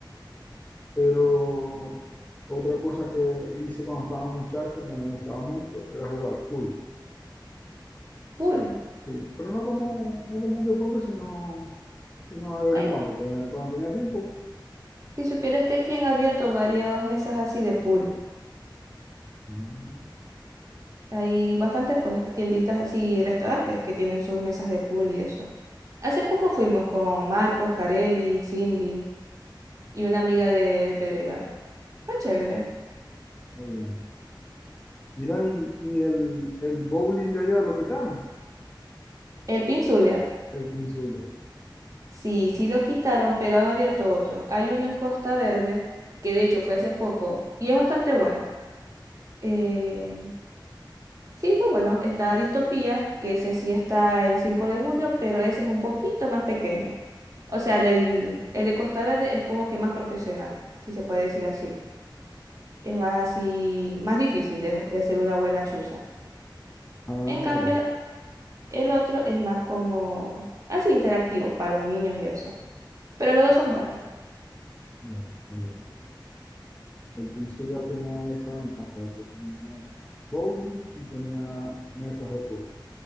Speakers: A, on the left (about 20°); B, on the right (about 40°).
A: pero otra cosa que hice cuando estaba muchacho, que me gustaba mucho, era jugar pool.
B: Pool.
A: Sí, pero no como, no como un deporte, sino, sino de vez
B: Ay,
A: en cuando, pero cuando tenía tiempo.
B: si supieras que aquí han abierto varias mesas así de pool.
A: Mm,
B: Hay bastantes pues tienditas así, restaurantes que tienen sus mesas de pool y eso. Hace poco fuimos con Marcos, Carelli, Cindy y una amiga de- del Pedregal. Fue chévere.
A: está bien. Mira, y, y el, el bowling de allá lo quitaron,
B: El Pinzulia.
A: el pinzul.
B: Sí, sí lo quitaron, pero han abierto otros. Hay uno en Costa Verde, que de hecho fue hace poco, y es bastante bueno. Eh, Sí, fue bueno. Está Distopía, que ese sí está en 5 de julio, pero ese es un poquito más pequeño. O sea, en el, el de Costa Verde es como que más profesional, si se puede decir así. Es más así, más difícil de, de hacer una buena chuza.
A: Ah,
B: En cambio,
A: ya,
B: el otro es más como así interactivo para los niños y eso. Pero los dos son buenos.
A: ya, está bien. El Península ya tenía esa ventaja de que tenía bowling y tenía mesas de pool.